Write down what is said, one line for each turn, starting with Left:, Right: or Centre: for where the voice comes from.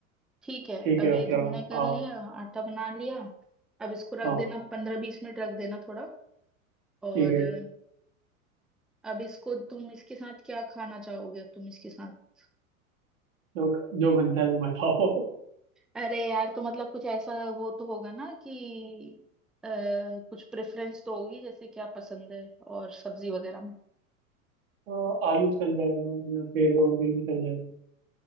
Centre: ठीक है
Right: ठीक
Centre: अब
Right: है
Centre: ये
Right: उसके
Centre: तुमने
Right: बाद
Centre: कर
Right: हाँ
Centre: लिया आटा बना लिया अब इसको रख
Right: हाँ
Centre: देना पंद्रह बीस मिनट रख देना थोड़ा और
Right: ठीक है
Centre: अब इसको तुम इसके साथ क्या खाना चाहोगे अब तुम इसके साथ
Right: जो जो बनता है वो बताओ <laughs>
Centre: अरे यार तो मतलब कुछ ऐसा वो तो होगा ना कि आ, कुछ प्रेफरेंस तो होगी जैसे क्या पसंद है और सब्जी वगैरह में
Right: हाँ, आलू चल जाएगा या फिर और कुछ भी चल जाएगा